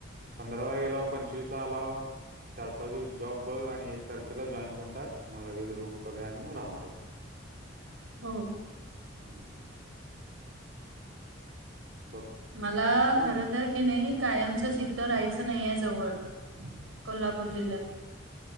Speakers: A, on the right; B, on the right.
A: पंधरा ला गेला पंचवीस ला आलाव चार पाच दिवस. जॉब बघ आणि एक तारखेला जॉईन करून टाक मग लगेच रूम कर आणि मग राहून टाक.
B: हो.
A: हम. बघ
B: मला
A: सपना
B: खर तर. कि नाही कायमचच इथं राहायचं नाही आहे जवळ कोल्हापूर जिल्ह्यात.